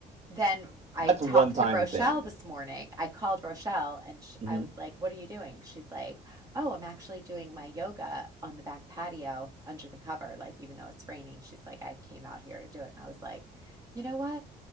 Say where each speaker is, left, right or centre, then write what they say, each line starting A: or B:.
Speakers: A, on the right; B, on the right.
A: then I
B: that's
A: talked
B: a one-time
A: to Rochelle
B: thing.
A: this morning. I called Rochelle and sh
B: hmm
A: I was like, What are you doing? She's like, Oh, I'm actually doing my yoga on the back patio under the cover. Like, even though it's raining, she's like, I came out here to do it. And I was like, You know what?